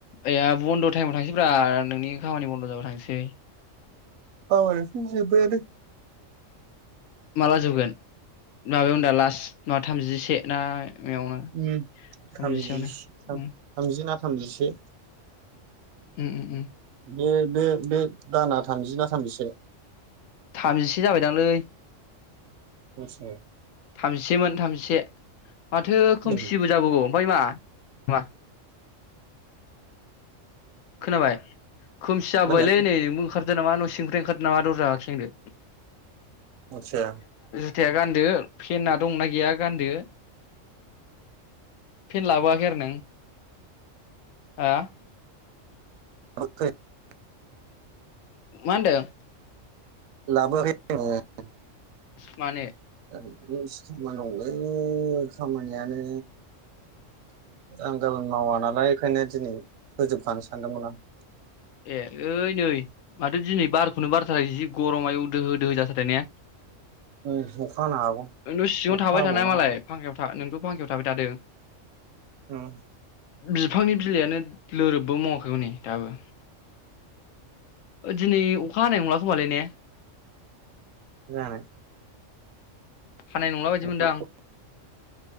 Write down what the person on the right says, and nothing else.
औ <unintelligible> जोबबायानो।
उम,
थामजिसे थाम
थामजि ना थामजिसे।
बे बे बे दाना थामजि ना? थामजिसे
खसियो
होम
मा होनदों
अलसिया
<unintelligible>
लाबो <unintelligible>
<unintelligible> दंलै खामानियानो। आं गाबोन मावाना नालाय बेखायनो दिनै फोजोबखानो सानदोंमोन आं।
आं उम अखा हानो हागौ
अखा
हाबावनो
हागौ
उम
जानो
<unintelligible>